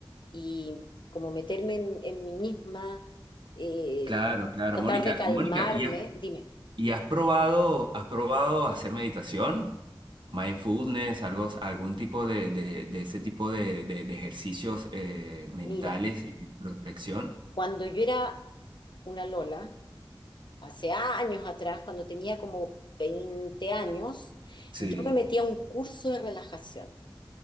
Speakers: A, on the left; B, on the right.
A: y como meterme en, en mí misma, eh,
B: Claro, claro,
A: tratar
B: Mónica.
A: de calmarme.
B: Y Mónica, ¿y has,
A: Dime,
B: y has probado, has probado hacer meditación? Mindfulness, algo, algún tipo de, de- de ese tipo de, de- de ejercicios eh, mentales
A: mira.
B: y introspección.
A: Cuando yo era una Lola, hace años atrás, cuando tenía como 20 años,
B: Sí,
A: yo me metí a un curso de relajación